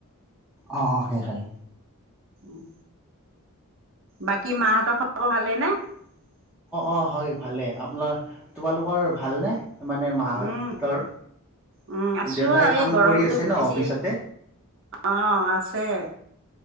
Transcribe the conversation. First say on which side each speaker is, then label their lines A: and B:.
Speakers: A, in the centre; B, on the right.
A: অ অ হে হয়
B: উম বাকী মাহঁতৰ খবৰ ভালেই নে অ
A: অ হয় ভালে আপোনাৰ তোমালোকৰ ভালনে মানে মাহঁতৰ?
B: উম উম আছোঁ
A: দেউতাই
B: আৰু
A: কাম
B: এই গৰমতটো
A: কৰি আছে ন
B: বেছি
A: অফিচতে?
B: অ আছে।